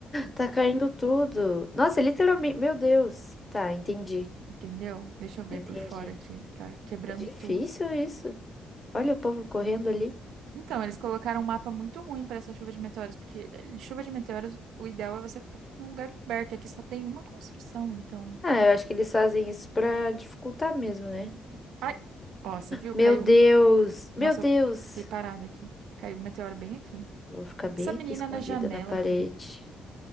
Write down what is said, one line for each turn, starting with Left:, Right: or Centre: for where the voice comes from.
Left: tá caindo tudo. Nossa, literalmente, meu Deus. Tá, entendi.
Right: Entendeu? Deixa eu ver
Left: Entendi.
Right: por fora aqui. Tá quebrando
Left: É difícil
Right: tudo.
Left: isso. Olha o povo correndo ali.
Right: Então, eles colocaram um mapa muito ruim pra essa chuva de meteoros, porque eh, chuva de meteoros, o ideal é você ficar num lugar coberto, e aqui só tem uma construção, então.
Left: Ah, eu acho que eles fazem isso pra dificultar mesmo, né?
Right: Ai, ó, você viu?
Left: Meu
Right: Caiu
Left: Deus!
Right: um
Left: Meu
Right: Nossa,
Left: Deus!
Right: eu fiquei parada aqui. Caiu um meteoro bem aqui.
Left: Eu vou ficar bem
Right: Essa menina
Left: aqui escondida
Right: na janela
Left: na parede.
Right: aqui.